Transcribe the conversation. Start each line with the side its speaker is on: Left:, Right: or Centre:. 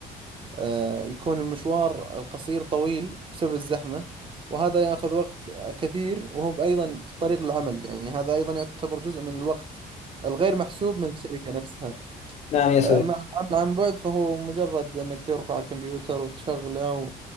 Right: آه، يكون المشوار القصير طويل بسبب الزحمة وهذا يأخذ وقت كثير وهو أيضا في الطريق للعمل يعني هذا أيضا يعتبر جزء من الوقت الغير محسوب من الشركة نفسها
Left: نعم يا صديقي
Right: آه، أما العمل عن بعد فهو مجرد أنك ترفع الكمبيوتر وتشغله